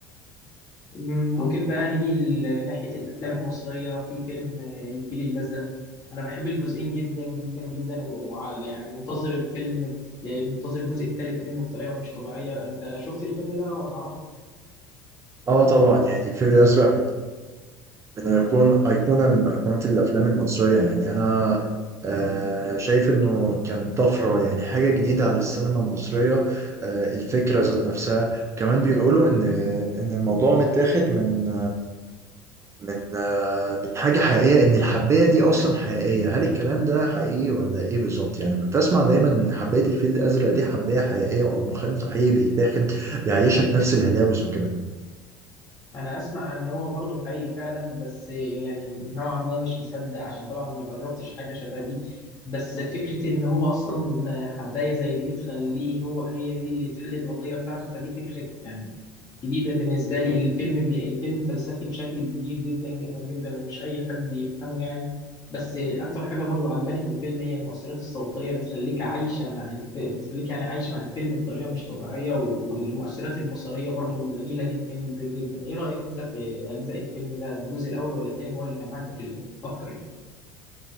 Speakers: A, on the left; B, on the right.
A: ممكن بقى نيجي لناحيه الافلام المصريه في فيلم آه، الفيل الازرق انا بحب الجزئين جدا جدا جدا وعلى يعني منتظر الفيلم منتظر الجزء الثالث منه بطريقه مش طبيعيه انت شفت الفيلم ده وتعرفه
B: اه طبعا يعني الفيل الازرق من من ايقون ايقونه من ايقونات الافلام المصريه يعني انا آه، شايف انه كان طفره يعني حاجه جديده على السينما المصريه آه، الفكره ذات نفسها وكمان بيقولوا ان ان الموضوع متاخد من من آه، من حاجه حقيقيه ان الحبايه دي اصلا حقيقيه هل الكلام ده حقيقي ولا ايه بالظبط يعني كنت اسمع دايما ان حبايه الفيل الازرق دي حبايه حقيقيه او مخدر حقيقي بيتاخد بيعيشك نفس الهلاوس وكده
A: انا اسمع ان هو برضه حقيقي فعلا بس يعني نوعا ما مش مصدق عشان طبعا ما جربتش حاجه شبه دي بس فكره ان هو اصلا حبايه زي دي بتخليه هو هي دي اللي تحل القضيه بتاعته فدي فكره يعني جديده بالنسبه لي الفيلم بي... الفيلم فلسفي بشكل كبير جدا جدا جدا ومش اي حد يفهمه يعني بس اكتر حاجه برضو عجباني في الفيلم هي المؤثرات الصوتيه بتخليك عايشه مع الفيلم بتخليك يعني عايش مع الفيلم بطريقه مش طبيعيه والمؤثرات البصريه برضو جميله جدا جدا جدا ايه رايك انت في اجزاء الفيلم ده الجزء الاول ولا التاني هو اللي كان عاجبك الأول- اكتر يعني